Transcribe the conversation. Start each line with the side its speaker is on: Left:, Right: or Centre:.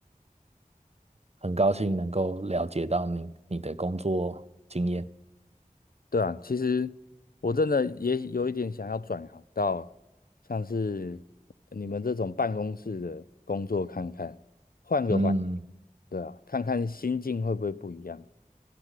Right: 很高兴能够了解到你你的工作经验。
Left: 对啊，其实我真的也有一点想要转行到像是你们这种办公室的工作看看，换个环境，
Right: 嗯，
Left: 对啊，看看心境会不会不一样。